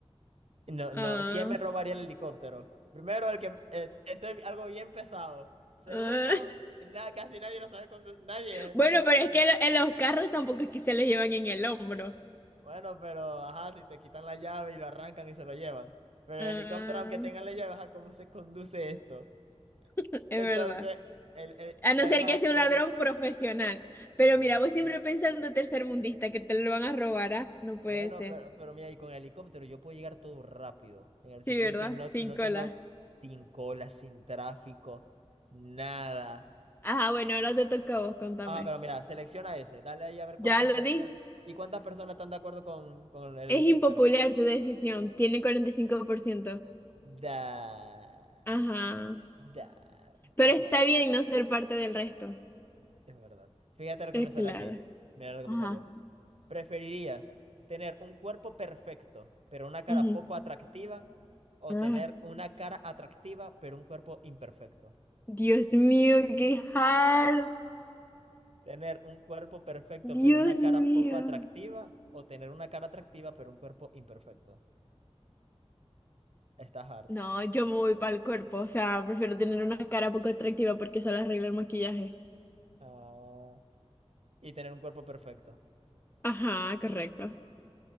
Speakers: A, on the right; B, on the left.
A: No,
B: Ah,
A: no, ¿quién me robaría el helicóptero? Primero, el que eh, este es algo bien pesado. Segundo,
B: ah. <laughs>
A: na- casi nadie lo sabe conducir, nadie
B: Bueno,
A: lo sabe
B: pero
A: conducir.
B: es que lo- en los carros tampoco es que se los llevan en el hombro.
A: Bueno, pero ajá, si te quitan la llave y lo arrancan y se lo llevan. Pero
B: Ah,
A: el helicóptero, aunque tengan la llave, ajá, ¿cómo se conduce esto?
B: <laughs> es
A: Entonces,
B: verdad.
A: el, el-
B: A
A: y
B: no
A: además
B: ser que sea un
A: con
B: ladrón
A: el
B: profesional. Pero
A: Oh.
B: mira, voy siempre pensando tercermundista, que te lo van a robar, ¿ah? No puede
A: Bueno,
B: ser.
A: pero, pero mira, y con el helicóptero yo puedo llegar todo rápido, en el
B: Sí,
A: sentido
B: ¿verdad?
A: de que no,
B: Sin
A: no
B: cola.
A: tengo sin cola, sin tráfico, nada.
B: Ajá, bueno, ahora te toca a vos, contame.
A: Ah, pero mira, selecciona ese, dale ahí a ver cuántas
B: Ya lo
A: personas
B: di.
A: y cuántas personas están de acuerdo con, con el
B: Es
A: helicóptero.
B: impopular tu decisión, tiene cuarenta y cinco por ciento
A: Da,
B: Ajá.
A: da.
B: Pero
A: Ajá,
B: está bien no ser parte del resto.
A: es verdad. Fíjate lo que
B: Es
A: me sale
B: claro.
A: aquí. Mira lo que
B: Ajá.
A: me salió. ¿Preferirías tener un cuerpo perfecto, pero una cara
B: Ujú.
A: poco atractiva, o
B: Ah,
A: tener una cara atractiva, pero un cuerpo imperfecto?
B: Dios mío, qué hard.
A: ¿Tener un cuerpo perfecto,
B: Dios
A: pero una cara
B: mío.
A: poco atractiva, o tener una cara atractiva, pero un cuerpo imperfecto? Está hard.
B: No, yo me voy para el cuerpo, o sea, prefiero tener una cara poco atractiva porque solo arregla el maquillaje.
A: Ah, Y tener un cuerpo perfecto.
B: Ajá, correcto.